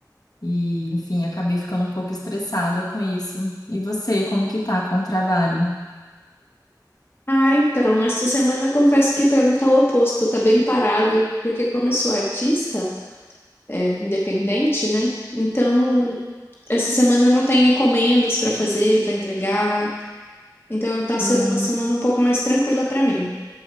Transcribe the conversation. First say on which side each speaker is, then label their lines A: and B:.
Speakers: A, on the left; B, on the left.
A: E, enfim, acabei ficando um pouco estressada com isso. E você, como que tá com o trabalho?
B: Ah, então, essa semana confesso que pra mim tá o oposto, tá bem parado, porque como eu sou artista, é, independente, né? Então, essa semana eu não tenho encomendas pra fazer, pra entregar, então tá sendo
A: Ah,
B: uma semana um pouco mais tranquila pra mim.